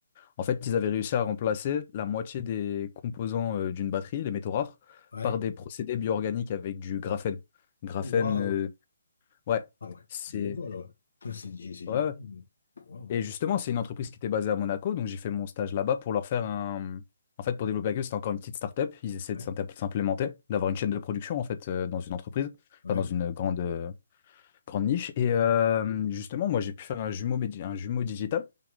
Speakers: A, on the left; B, on the left.
A: En fait, ils avaient réussi à remplacer la moitié des composants euh, d'une batterie, les métaux rares,
B: Ouais.
A: par des procédés bioorganiques avec du graphène. Graphène,
B: Waouh.
A: euh, ouais,
B: Ah ouais,
A: c'est.
B: c'est du revoir là. <laughs> C'est du. c'est du-
A: Ouais, ouais.
B: Waouh.
A: Et justement, c'est une entreprise qui était basée à Monaco, donc j'ai fait mon stage là-bas pour leur faire un... En fait, pour développer avec eux, c'était encore une petite start-up. Ils essaient
B: Ouais,
A: de s'inté- s'implémenter, d'avoir une chaîne de production, en fait, euh, dans une entreprise,
B: ouais.
A: enfin, dans une grande, euh, grande niche. Et euh,
B: Mhm.
A: justement, moi, j'ai pu faire un jumeau, médi- un jumeau digital.